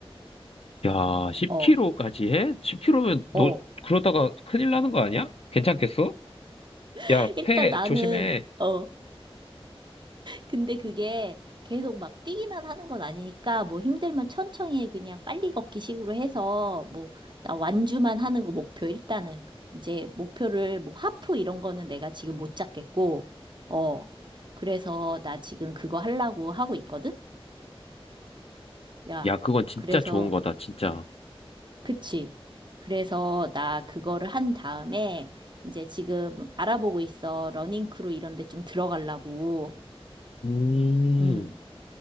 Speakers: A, on the left (about 70°); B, on the right (about 50°).
A: 야, 10km까지
B: 어,
A: 해? 10km면 너
B: 어.
A: 그러다가 큰일 나는 거 아니야? 괜찮겠어?
B: <laughs>
A: 야,
B: 일단
A: 폐
B: 나는,
A: 조심해.
B: 어, 근데 그게 계속 막 뛰기만 하는 건 아니니까 뭐 힘들면 천천히 해. 그냥 빨리 걷기 식으로 해서 뭐 나 완주만 하는 거 목표 일단은 이제 목표를 뭐 하프 이런 거는 내가 지금 못 잡겠고 어 그래서 나 지금 그거 하려고 하고 있거든. 야
A: 야, 그건 진짜
B: 그래서
A: 좋은 거다, 진짜.
B: 그치. 그래서 나 그거를 한 다음에 이제 지금 알아보고 있어. 러닝크루 이런 데 좀 들어가려고.
A: 음,
B: 음.